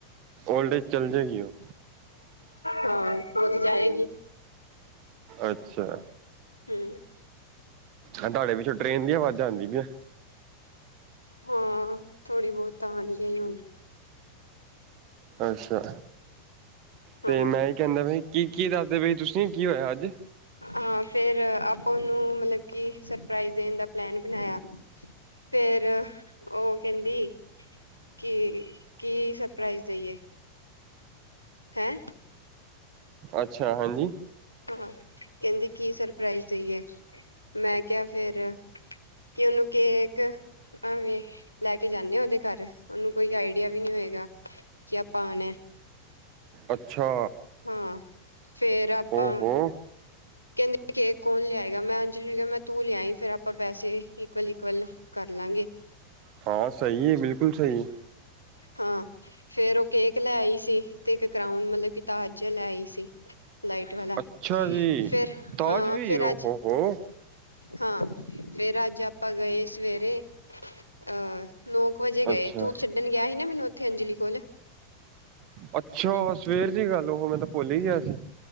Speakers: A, on the right (about 40°); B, on the left (about 80°).
A: ਓਲਡ ਏਜ ਚੱਲ ਜਾਏਗੀ ਉਹ।
B: ਹਾਂ, ਉਰ ਜਾਏਗੀ।
A: ਅੱਛਾ।
B: ਹਮ।
A: ਹਾਂ ਤੁਹਾਡੇ ਪਿੱਛੋਂ ਟਰੇੇਨ ਦੀ ਆਵਾਜ਼ਾਂ ਆਦੀਆਂ ਪੀਆਂ।
B: ਹਾਂ ਥੋੜ੍ਹੀ ਬਹੁਤ ਤਾਂ ਆਣ ਗਈਆ ਹੁਣ।
A: ਅੱਛਾ
B: ਹਾਂ
A: ਤੇ ਮੈਂ ਕਹਿੰਦਾ ਪਿਆ ਕੀ- ਕੀ ਦੱਸਦੇ ਪਾਏ ਤੁਸੀਂ ਕੀ ਹੋਇਆ ਅੱਜ।
B: ਹਾਂ ਫੇਰ ਆਪਾਂ ਉਹਨੂੰ ਮਤਲਬ ਕਿ ਸਰਪ੍ਰਾਈਜ਼ ਦੇਣ ਦਾ ਪਲੈਨ ਬਣਾਇਆ। ਫੇਰ ਉਹ ਕਹਿੰਦੀ। ਕੀ- ਕੀ ਸਰਪ੍ਰਾਈਜ਼ ਦਈਏ। ਹੈਂ।
A: ਅੱਛਾ ਹਾਂਜੀ
B: ਹਾਂ ਕਹਿੰਦੀ ਕੀ ਸਰਪ੍ਰਾਈਜ਼ ਦੇਈਏ ਮੈਂ ਕਿਹਾ ਫਿਰ। ਕਿ ਉਹਨੂੰ ਕੇਕ। ਐਵੇ ਲੈ ਕੇ ਜਾਂਦੇ ਆ ਉਹਦੇ ਘਰ ਉਹਨੂੰ ਕੋਈ ਆਈਡੀਆ ਵੀ ਨੀ ਹੈਗਾ। ਜੇ ਆਪਾਂ ਆਉਣਾ
A: ਅੱਛਾ।
B: ਹਾਂ, ਫੇਰ ਆਪਾਂ
A: ਓਹੋ
B: ਕਹਿੰਦੇ ਕੇਕ ਕੌਣ ਲਿਆਏਗਾ? ਮੈਂ ਅੰਜਲੀ ਮੈਂ ਤੂੰ ਲਿਆਈ ਫੇਰ ਆਪਾਂ ਪੈਸੇ ਇਕੁਅਲ-ਇਕੁਅਲ ਕਰ ਲਾਂਗੇ।
A: ਹਾਂ ਸਹੀ ਏ। ਬਿਲਕੁਲ ਸਹੀ ਏ।
B: ਹਾਂ ਫੇਰ ਉਹ ਕੇਕ ਲੈ ਆਈ ਸੀ ਤੇ ਇੱਕ ਕਰਾਊਨ ਮਤਲਬ ਕਿ ਤਾਜ ਲੈ ਆਈ ਸੀ। ਲਾਈਟ ਵਾਲਾ।
A: ਅੱਛਾ ਜੀ
B: ਫਿਰ
A: ਤਾਜ
B: ਹਾਂ
A: ਵੀ
B: ਫੇਰ
A: ਓਹੋ
B: ਅੱਜ
A: ਹੋ
B: ਹਾਂ ਫਿਰ ਅੱਜ ਆਪਾਂ ਗਏ ਸਵੇਰੇ ਅਹ ਨੌ ਕੁ ਵਜੇ ਗਏ
A: ਅੱਛਾ
B: ਤੂੰ ਛੱਡਣ ਗਿਆ ਸੀ ਨਾ ਮੈਨੂੰ ਉੱਥੇ ਅੰਜਲੀ ਕੋਲ।
A: ਅੱਛਾ, ਸਵੇਰ ਦੀ ਗੱਲ, ਉਹ ਮੈਂ ਤਾਂ ਭੁੱਲ ਹੀ ਗਿਆ ਸੀ।